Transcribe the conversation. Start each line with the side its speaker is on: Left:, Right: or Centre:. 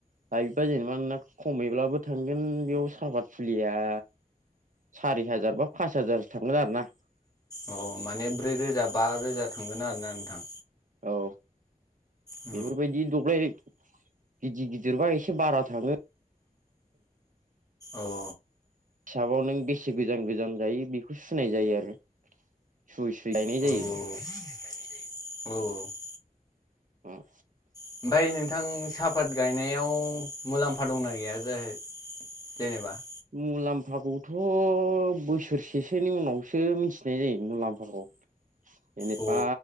Right: लायोबा जेनेबा नोंना खमैब्लाबो थांगोन बेयाव साहापत फुलिया सारि हाजार बा पास हाजारसो थांगोन आरो ना
Left: अ माने ब्रै रोजा बा रोजा थांगोन आरोना नोंथां
Right: औ
Left: औ
Right: बेफोरबायदि दब्लाय गिदिर गिदिरबा एसे बारा थाङो
Left: औ
Right: हिसाबाव नों बेसे गोजान गोजान जायो बेखौ सुनाय जायो आरो सुयै सुयै गायनाय
Left: औ
Right: जायो
Left: औ
Right: ओम
Left: ओमफ्राय नोंथां सा आफबाद गायनायाव मुलाम्फा दंना गैया जे जेनेबा?
Right: मुलाम्फाखौथ' बोसोरसेसोनि उनावसो मिथिनाय जायो मुलाम्फाखौ जेनेबा
Left: औ